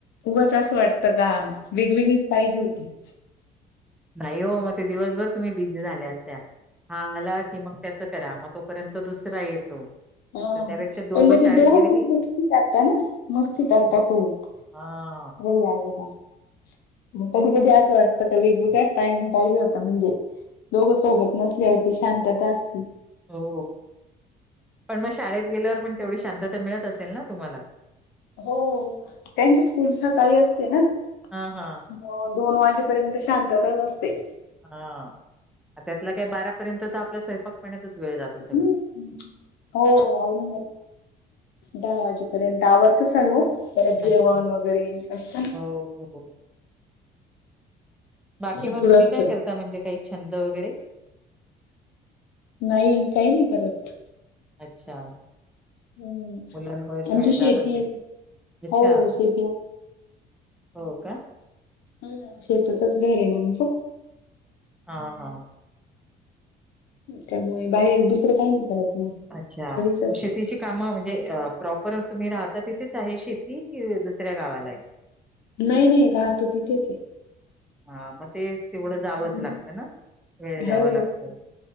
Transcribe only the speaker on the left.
उगाच असं वाटतं का वेगवेगळीच पाहिजे होती.
हा
पण मग
ते दोघं
खूप
मस्ती करता ना मस्ती
करता खूप
रहियाली का. मग कधी कधी असं वाटतं का वेगवेगळ्या टाईम पाहिजे होता म्हणजे दोघे सोबत नसल्यावरती शांतता असती.
हो त्यांची स्कूल सकाळी असते ना,
अ दोन वाजेपर्यंत शांतताच असते
हम्म.
हो दोन वाजेपर्यंत आवरत सर्व परत
जेवाण वगैरे असत ना
भरपूर
असतात
नाही काही नाही करत
हम्म
आमची
शेती
आहे.
हो शेती
हम् शेतातच घरेन आमचं
त्यामुळे बाहेर दुसरं काही नाही करत मी
घरीच असते
नाही नाही राहतो तिथेच आहे
हम्म.
हो